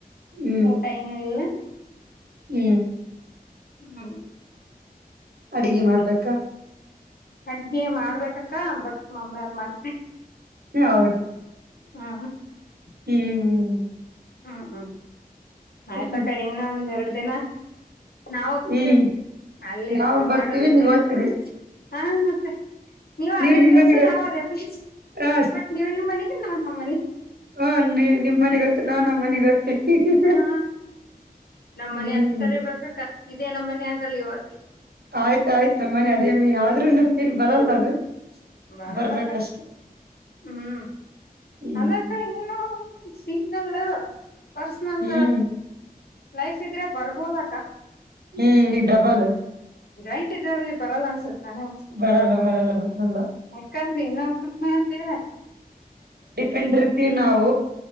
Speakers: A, on the right; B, on the left.
A: ಹ್ಮ್
B: ಊಟ ಏನು ಇಲ್ಲ
A: ಹ್ಮ್
B: ಹ್ಮ
A: ಅಡಗೆ ಮಾಡ್ಬೇಕಾ
B: ಅಡ್ಗಿ ಮಾಡ್ಬೇಕಕ್ಕ ಬಟ್ ಮಮ್ಮಿಯಾರ್ ಮಾಡ್ತ
A: ಹೌದು
B: ಹಾ
A: ಹ್ಮ್್ಮ
B: ಹ್ಮ್ ಹ್ಮ್ ಆಯ್ತಕ್ಕ
A: ಹ್ಮ್
B: ಇನ್ನೊಂದ್ ಎರಡು ದಿನ ನಾವ ಒಪ್ತೀವಿ
A: ಹ್ಮ್
B: ಅಲ್ಲಿ
A: ನಾವು
B: ಎತ್ರು
A: ಬರ್ತೀವಿ
B: ಮಾಡೋ ವಿದ್ಯಾರ್ಥ
A: ನೀವ್ ಓದ್ತೀರಿ
B: ಹಾ ಮತ್ತೆ ನೀವು್
A: ನೀವ್
B: ಅದೇ
A: ನಿಮ್
B: ಪ್ಲಸ್
A: ಮನೆಗ್ ಓದ್ತೀರಿ
B: ನಾವ್ ಅದೇ ಪ್ಲಸ್
A: ಹಾ
B: ಬಟ್ ನೀವ್ ನಿಮ್ ಮನೆಗೆ ನಾನ್ ನಮ್ಮನೆ
A: ಹಾ ನೀ ನಿಮ್ಮ ಮನೆ ಗೊತ್ತು ನಾ ನಮ್ಮ ಮನೆಗ್ ಗೊತ್ತು <inaudible>
B: ಹಾ ನಮ್ಮ
A: ಹ್ಮ್
B: ಮನೆ ಅಂತ ಕರಿಬೇಕಕ್ಕ ಇದೇ ನಮ್ಮ ಮನೆ ಆಗಲ್ಲ ಇವಾಗ
A: ಆಯ್ತಾಯಯ್ತ ನಮ್ಮನೆ ಅದೇ ಆದ್ರೂ ಇನ್ನು ಫೀಲ್ ಬರಲ್ಲ ಅದು
B: ಬರಲ್ಲಕ್ಕ
A: ಬರ್ಬೇಕಷ್ಟೆ
B: ಹ್ಮ್
A: ಹ್ಮ್
B: ಅಂದಕ್ಕ ಏನು ಸಿಂಗಲ್ ಪರ್ಸನಲ್
A: ಹ್ಮ್
B: ಲೈಫ್ ಇದ್ರೆ ಬರ್ಬೋದ
A: ಹ್ಮ್ ಈಗ ಡಬಾಲ್
B: ಜಾಯಿಂಟ್ ಇದಲ್ಲಿ ಬರಲ್ಲ ಅನ್ಸತ್ ನಾನು
A: ಬರಲ್ಲ ಬರಲ್ಲ ಬರಲ್ಲ
B: ಯಾಕಂದ್ರಿ ಇನ್ನೊಬ್ರ ಮ ಅಂದ
A: ಡಿಪೆಂಡ್ ಇರ್ತೀವಿ ನಾವು